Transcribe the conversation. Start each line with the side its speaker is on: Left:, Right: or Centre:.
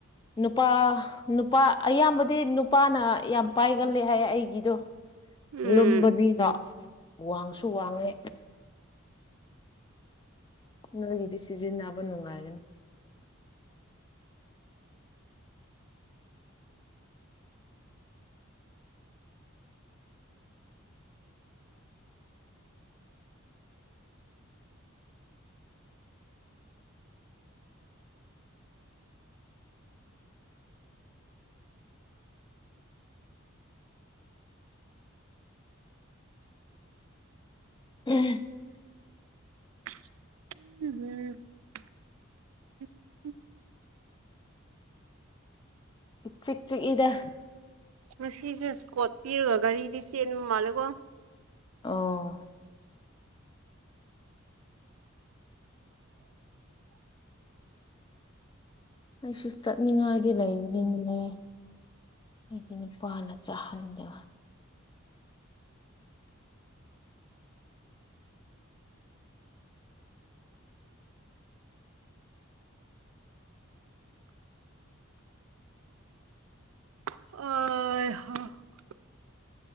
Left: ꯅꯨꯄꯥ ꯅꯨꯄꯥ ꯑꯌꯥꯝꯕꯗꯤ ꯅꯨꯄꯥꯅ ꯌꯥꯝ ꯄꯥꯏꯒꯜꯂꯦ ꯍꯥꯏ ꯑꯩꯒꯤꯗꯣ
Right: ꯎꯝ
Left: ꯂꯨꯝꯕꯅꯤꯅ ꯋꯥꯡꯁꯨ ꯋꯥꯡꯉꯦ ꯅꯪꯒꯤꯗꯤ ꯁꯤꯖꯤꯟꯅꯕ ꯅꯨꯡꯉꯥꯏꯒꯅꯤ <unintelligible>
Right: <inaudible>
Left: ꯏꯆꯤꯛ ꯆꯤꯛ ꯏꯗ
Right: ꯄꯨꯟꯁꯤꯁꯦ ꯁꯀꯣꯠ ꯄꯤꯔꯥ ꯒꯥꯔꯤꯗꯤ ꯆꯦꯟꯕ ꯃꯥꯜꯂꯦꯀꯣ
Left: ꯑꯣ ꯑꯩꯁꯨ ꯆꯠꯅꯤꯡꯉꯥꯏꯒꯤ ꯂꯩꯕꯅꯤꯅꯦ ꯑꯩꯒꯤ ꯅꯨꯄꯥꯅ ꯆꯥꯍꯟꯗ
Right: <unintelligible>